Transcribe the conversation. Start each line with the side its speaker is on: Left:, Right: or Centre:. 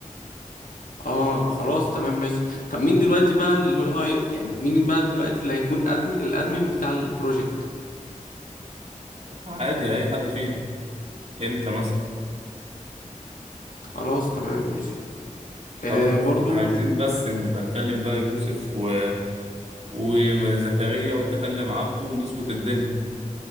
Left: اه خلاص تمام ماشي طب مين دلوقتي بقى اللي هو هي- يعني مين بقى دلوقتي اللي هيكون ادمن الادمن بتاع البروجكت
Right: عادي اي حد فينا انت مثلا
Left: خلاص تمام ماشي
Right: خلاص
Left: آه برضو
Right: عايزين بس نبقى نكلم بقى يوسف و وزكريا وانت كلم عبده ونظبط الدنيا